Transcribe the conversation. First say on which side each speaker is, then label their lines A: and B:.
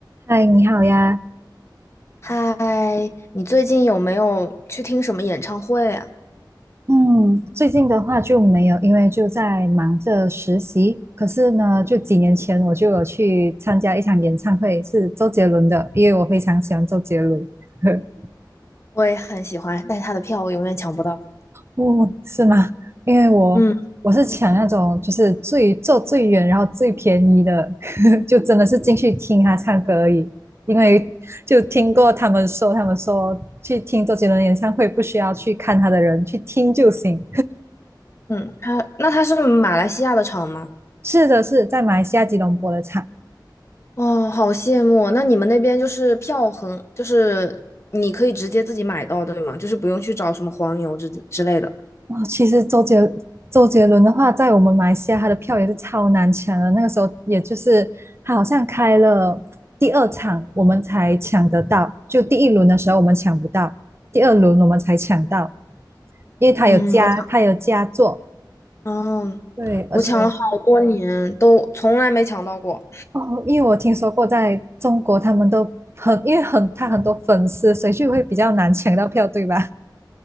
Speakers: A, on the right (about 35°); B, on the left (about 35°).
A: 嗨，你好呀。
B: 嗨，你最近有没有去听什么演唱会啊？
A: 嗯，最近的话就没有，因为就在忙着实习。可是呢，就几年前我就有去参加一场演唱会，是周杰伦的，因为我非常喜欢周杰伦。<laughs>
B: 我也很喜欢，但他的票我永远抢不到。
A: 哦，是吗？因为我我是抢那种就是最坐最远，
B: 嗯
A: 然后最便宜的，<laughs> 就真的是进去听他唱歌而已。因为就听过他们说，他们说去听周杰伦演唱会不需要去看他的人，去听就行。
B: 嗯，他那他是马来西亚的场吗？
A: 是的，是在马来西亚吉隆坡的场。
B: 哦，好羡慕。那你们那边就是票很，就是你可以直接自己买到，对吗？就是不用去找什么黄牛之之类的。
A: 哦，其实周杰周杰伦的话，在我们马来西亚他的票也是超难抢的。那个时候，也就是他好像开了第二场，我们才抢得到。就第一轮的时候我们抢不到，第二轮我们才抢到，因为他有加他有加座。
B: 嗯，我抢，哦，
A: 对，而且
B: 我抢了好多年，都从来没抢到过。
A: 哦，因为我听说过在中国他们都很，因为很他很多粉丝，所以就会比较难抢到票，对吧？